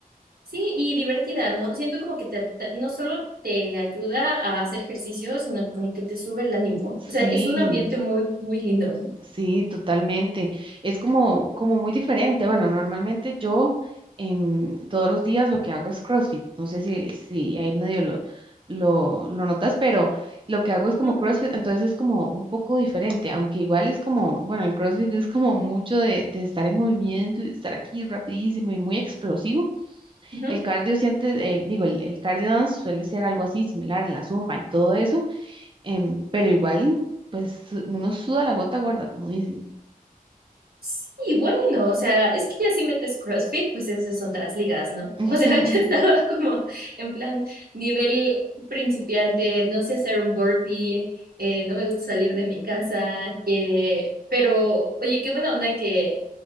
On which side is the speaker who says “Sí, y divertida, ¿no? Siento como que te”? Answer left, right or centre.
Right